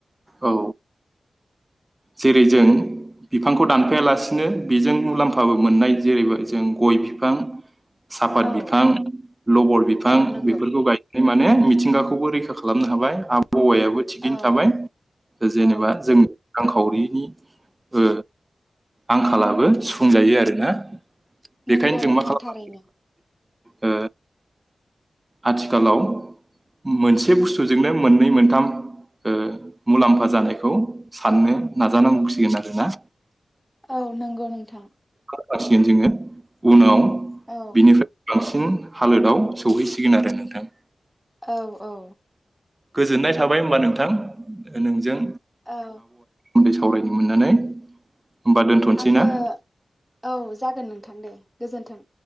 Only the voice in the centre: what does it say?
औ
औ नंगौ
औ
औ
नंगौ
नोंथां
थारैनो।
औ नंगौ नोंथां।
औ
औ औ
ओं
आंबो
औ जागोन नोंथां दे। गोजोन्थों।